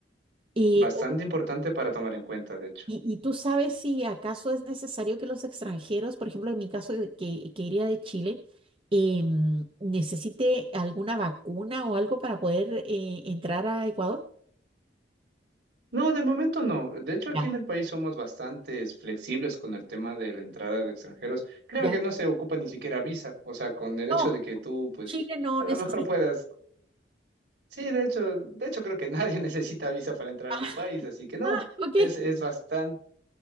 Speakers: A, on the right; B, on the right.
A: Eh,
B: bastante importante para tomar en cuenta, de hecho.
A: ¿Y, y tú sabes si acaso es necesario que los extranjeros, por ejemplo, en mi caso que, que iría de Chile, em, necesite alguna vacuna o algo para poder eh, entrar a Ecuador?
B: No, de momento no. De hecho, aquí
A: Ya,
B: en el país somos bastante flexibles con el tema de la entrada de extranjeros. Créeme
A: ya.
B: que no se ocupa ni siquiera visa. O sea, con el
A: No,
B: hecho de que tú, pues,
A: Chile no
B: a
A: necesita.
B: lo mejor puedas. Sí, de hecho, de hecho creo que nadie <laughs> necesita visa para entrar
A: <laughs>
B: a mi país, así que no,
A: Ah, ok,
B: es, es bastante